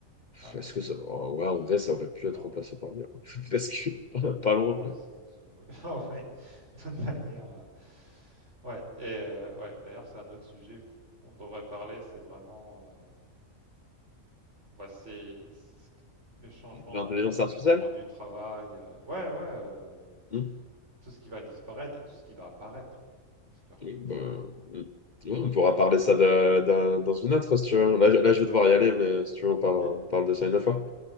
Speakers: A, on the right; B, on the left.
A: Ah,
B: est-ce
A: c'est mieux,
B: que ça.
A: ouais.
B: oh, ouais, en vrai, ça aurait pu
A: Non.
B: être remplacé par l'IA. <laughs> Parce que pas, pas loin.
A: Ouais, c'est aussi, ouais. <laughs> Ah ouais, de toute manière. euh, Ouais, et euh, ouais, d'ailleurs, c'est un autre sujet qu'on devrait parler, c'est vraiment. euh, bah, c'est c'est ce que- les changements
B: L'intelligence
A: dans le,
B: artificielle?
A: dans le monde du travail. euh, Ouais, ouais, euh,
B: Hmm.
A: tout ce qui va disparaître et tout ce qui va apparaître. Parce qu'il y aura
B: Et,
A: d'autres
B: bah,
A: choses, quoi.
B: hmm. Ouais, on pourra parler ça d'un- d'un- dans une
A: Hmm.
B: autre, si tu veux. Là, je là, je vais devoir y aller, mais si tu veux, on parle,
A: Ok,
B: on parle de ça une autre fois.